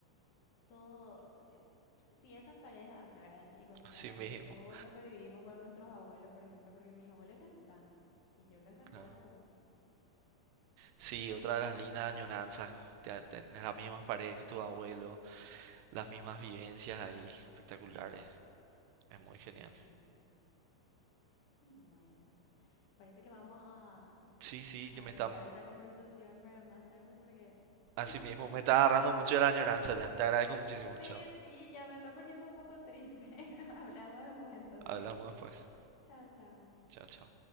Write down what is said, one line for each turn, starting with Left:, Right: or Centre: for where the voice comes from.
Left: Todos, eh, si esas paredes hablaran y
Right: <laughs>
Left: contaran
Right: así mismo.
Left: todo lo que vivimos con nuestros abuelos, por ejemplo, porque mis abuelos ya no están y yo les recuerdo.
Right: claro. Sí, otra de las lindas añoranzas. te- Tenés las mismas paredes que tu abuelo, las mismas vivencias ahí, espectaculares. Es muy genial.
Left: Sí, y bueno, parece que vamos a,
Right: Sí, sí,
Left: a
Right: yo me está,
Left: dejar esta conversación para más tarde porque...
Right: así
Left: <laughs>
Right: mismo me está agarrando mucho de la añoranza ya. Te agradezco muchísimo.
Left: Sí,
Right: Chao.
Left: sí, ya me está poniendo un poco triste. <laughs> Hablamos después entonces.
Right: Hablamos después.
Left: Chao, chao.
Right: Chao, chao.